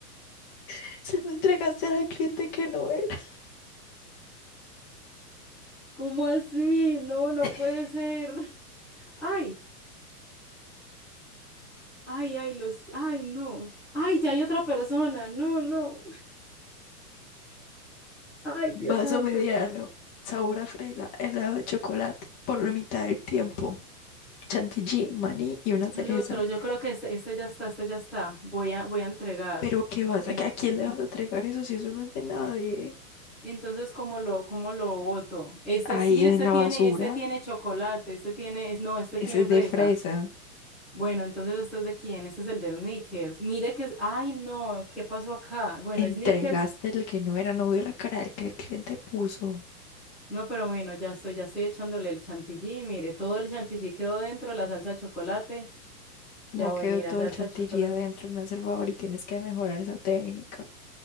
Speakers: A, on the left; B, in the centre.
A: <laughs> se lo entregaste al cliente que no era.
B: ¿Cómo así? No, no
A: <laughs>
B: puede ser. Ay, ay, ay, los, ay, no. Ay, ya hay otra persona. No, no. Ay,
A: Vaso
B: Dios santo.
A: mediano, sabor a fresa, helado de chocolate, por la mitad del tiempo. Chantilly, maní y una cereza.
B: El otro, yo creo que este, este ya está, este ya está. Voy a, voy a entregar.
A: Pero qué vas
B: Eh,
A: a, ¿a quién le vas a entregar eso si eso no es de nadie?
B: entonces, ¿cómo lo, cómo lo voto? Este
A: Ahí
B: sí,
A: en
B: este
A: la
B: tiene,
A: basura.
B: este tiene chocolate, este tiene, es, no, este
A: Ese
B: tiene
A: es
B: fresa.
A: de fresa.
B: Bueno, entonces este es de quién, este es el de Snickers. Mire que es, ay no, ¿qué pasó acá? Bueno,
A: Entregaste
B: Snickers,
A: el que no era, no vio la cara del que el cliente puso.
B: no, pero bueno, ya estoy, ya estoy echándole el chantilly, mire, todo el chantilly quedó dentro, la salsa de chocolate,
A: No
B: ya voy,
A: quedó
B: mira,
A: todo
B: salsa
A: el chantilly
B: de chocolate,
A: adentro, me hace el favor y tienes que mejorar esa técnica.